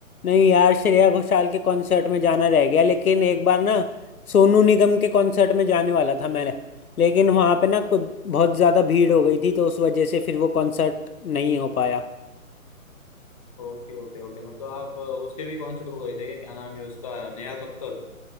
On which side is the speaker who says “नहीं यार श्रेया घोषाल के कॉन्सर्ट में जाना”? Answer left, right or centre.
Left